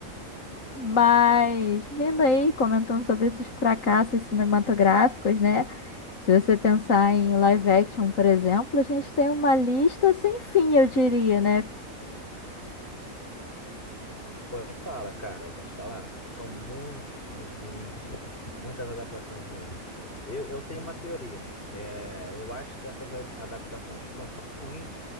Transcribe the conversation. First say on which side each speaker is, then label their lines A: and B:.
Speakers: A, on the left; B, on the left.
A: Mas, vindo aí, comentando sobre esses fracassos cinematográficos, né? Se você pensar em live action, por exemplo, a gente tem uma lista sem fim, eu diria, né?
B: Porém, fala, cara, eu vou te falar, são muitos filmes ruins, muitas adaptações ruins. Eu, eu tenho uma teoria. É, eu acho que essas a- adaptações ficam tão ruins